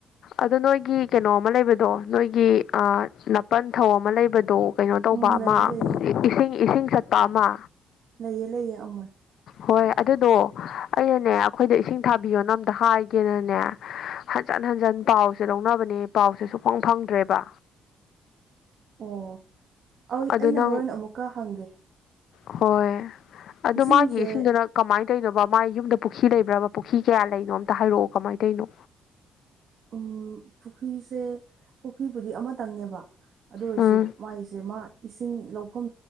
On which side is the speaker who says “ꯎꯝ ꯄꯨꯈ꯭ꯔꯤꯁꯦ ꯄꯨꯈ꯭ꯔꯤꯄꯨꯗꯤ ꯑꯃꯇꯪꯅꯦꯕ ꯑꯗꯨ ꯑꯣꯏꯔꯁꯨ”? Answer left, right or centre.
Right